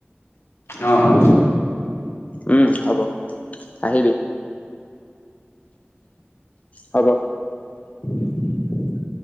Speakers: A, on the left (about 80°); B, on the left (about 35°).
A: আহ অ।
B: ম হব। আহিবি হব।
A: <inaudible>